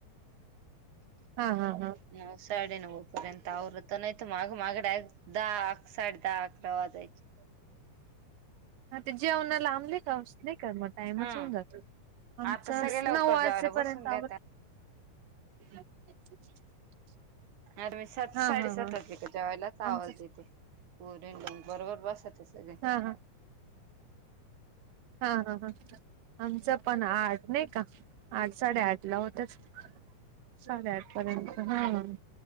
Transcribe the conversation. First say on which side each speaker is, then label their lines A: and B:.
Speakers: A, on the right; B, on the right.
A: हा हा हा.
B: या साडेनऊ पर्यंत आवरत नाही, तर माग माग डाय दहा अकरा साडे दहा अकरा वाजायचे.
A: हा ते जेवण लांबले का नाही का मग. टाइमच
B: हा
A: होऊन जातो. आमच
B: आता सगळे लवकर
A: नऊ वाजेपर्यंत
B: जेवायला बसून घेता
A: आवरत. <inaudible>
B: आता मी सात
A: हा
B: साडेसात
A: हा हा
B: वाजले की, जेवायला
A: आमच
B: आवाज देते. हो रे बरोबर बसतं सगळे.
A: हा हा हा हा हा. आमचं पण आठ नाही का, आठ साडेआठ ला होतंच. साडेआठ पर्यंत हं..